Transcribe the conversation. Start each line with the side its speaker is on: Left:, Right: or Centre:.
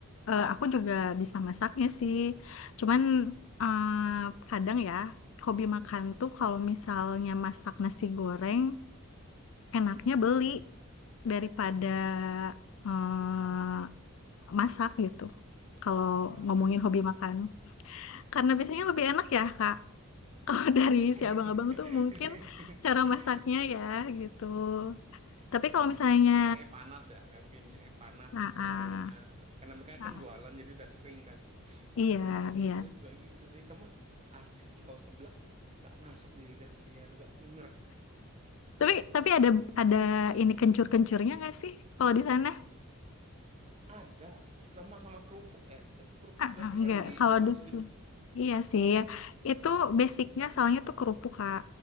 Left: eh, aku juga bisa masaknya sih. Cuman eh, kadang ya hobi makan tuh kalau misalnya masak nasi goreng enaknya beli daripada eh, masak gitu. Kalau
Right: Kenapa
Left: ngomongin
Right: emang?
Left: hobi makan. Karena
Right: Hmm.
Left: biasanya lebih enak ya, Kak. Kalau <laughs> dari
Right: <laughs>
Left: si abang-abang tuh mungkin cara masaknya ya gitu. Tapi kalau misalnya,
Right: Bisa jadi minyaknya panas ya, kan mungkin minyaknya panas
Left: nah,
Right: terus
Left: ah,
Right: bumbunya. Karena mereka
Left: nah,
Right: kan
Left: ah.
Right: jualan jadi udah sering kali.
Left: iya,
Right: Ya biasanya
Left: iya.
Right: juga gitu sih, teman. Asli kalau seblak gak masuk di lidah saya tuh gak bener.
Left: Tapi tapi ada ada ini kencur-kencurnya nggak sih kalau di sana?
Right: Ada sama sama kerupuk ya. Itu kerupuk
Left: Ah,
Right: bukan
Left: ah,
Right: sih
Left: nggak.
Right: yang di,
Left: Kalau
Right: dimasukin
Left: di sini, iya
Right: apa
Left: sih.
Right: sih namanya?
Left: Itu basicnya soalnya tuh kerupuk Kak.